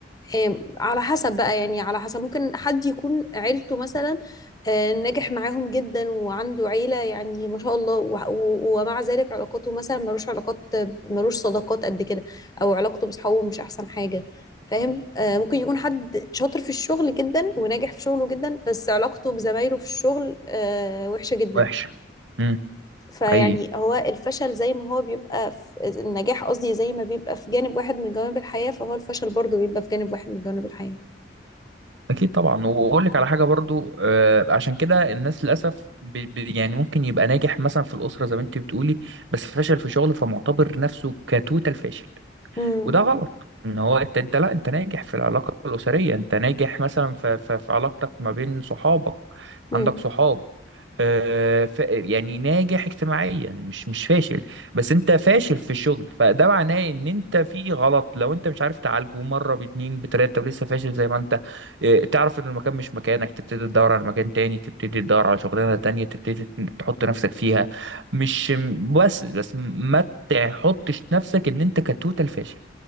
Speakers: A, on the left; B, on the right.
A: آم، على حسب بقى يعني على حسب ممكن حد يكون عيلته مثلا آه، ناجح معاهم جدا وعنده عيلة يعني ما شاء الله و- و- ومع ذلك علاقاته مثلا ملوش علاقات ملوش صداقات قد كده أو علاقته بأصحابه مش أحسن حاجة فاهم آه، ممكن يكون حد شاطر في الشغل جدا وناجح في شغله جدا بس علاقته بزمايله في الشغل آه، وحشة جدا
B: وحشه مم،
A: فيعني
B: حقيقي
A: هو الفشل زي ما هو بيبقى في النجاح قصدي زي ما بيبقى في جانب واحد من جوانب الحياة فهو الفشل برضه بيبقى في جانب واحد من جوانب الحياة
B: اكيد طبعا واقول لك على حاجه برضو آه، عشان كده الناس للاسف ب- ب- يعني ممكن يبقى ناجح مثلا في الاسره زي ما انت بتقولي بس فشل في شغله فمعتبر نفسه كتوتال فاشل
A: امم
B: وده غلط ان هو انت انت لا انت ناجح في العلاقه الاسريه انت ناجح مثلا في في في علاقتك ما بين صحابك
A: امم
B: عندك صحاب آه، ف- يعني ناجح اجتماعيا مش مش فاشل بس انت فاشل في الشغل فده معناه ان انت في غلط لو انت مش عارف تعالجه مره باتنين بتلاته ولسه فاشل زي ما انت آه، تعرف ان المكان مش مكانك تبتدي تدور على مكان تاني تبتدي تدور على شغلانه تانية تبتدي تحط نفسك فيها مش بس بس ما تحطش نفسك ان انت كتوتال فاشل